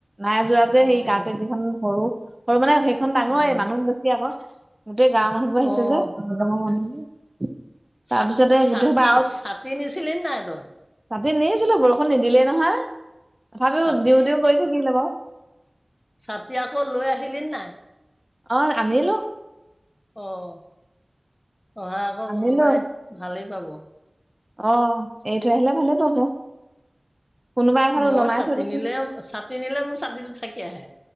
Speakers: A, on the right; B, on the left.
A: নাই যোৰা যে
B: উম,
A: সেই কাৰপেটকেইখন সৰু, সৰু মানে সেইখন ডাঙৰে
B: উম,
A: মানুহ ভৰ্তি আকৌ। গোটেই গাঁৱৰ মানুহবোৰ
B: অ'।
A: আহিছে যে, <unintelligible> তাৰপিছতে
B: চা চাটি,
A: গোটেইসোপা
B: চাটি নিছিলি নাই তই?
A: চাটি নিছিলোঁ, বৰষুণ নিদিলেই নহয়। তথাপিও
B: চাটি,
A: দিওঁ দিওঁ কৰি থাকিলে বাৰু
B: চাটি আকৌ লৈ আহিলি নাই?
A: অ', আনিলোঁ।
B: অ', পঢ়া আকৌ
A: আনিলো
B: কোনোবাই ভালেই পাব।
A: অ', এৰি থৈ আহিলে ভালে পাব। কোনোবা এঠাইত
B: মই
A: ওলমাই
B: চাটি
A: থৈ দিছো
B: নিলেও, চাটি নিলে মোৰ চাটিটো থাকি আহে,